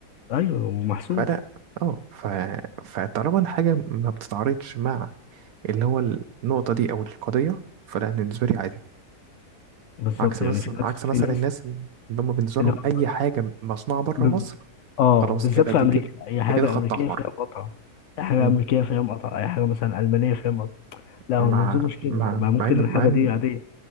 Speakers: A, on the left; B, on the right.
A: ايوه ومحسوب
B: فلا أه ف... فطالما الحاجة ما بتتعارضش مع اللي هو النقطة دي أو القضية فلا بالنسبة لي عادي
A: بالظبط
B: عكس مثلا
A: يعني في ناس
B: عكس مثلا
A: في ناس
B: الناس اللي هم بالنسبة
A: اللي
B: لهم
A: هو
B: أي حاجة مصنوعة بره
A: ب-
B: مصر
A: اه
B: خلاص
A: بالذات
B: كده
A: في
B: دي
A: امريكا
B: كده
A: اي حاجه
B: دي كده خط
A: امريكيه
B: أحمر
A: فيها مقاطعه اي حاجه
B: مم.
A: امريكيه فيها مقاطعه اي حاجه مثلا المانيه فيها مقاطعه لا
B: مع
A: هو المنظور مش كده
B: مع
A: ما ممكن
B: مع إن
A: الحاجه
B: مع إن
A: دي عاديه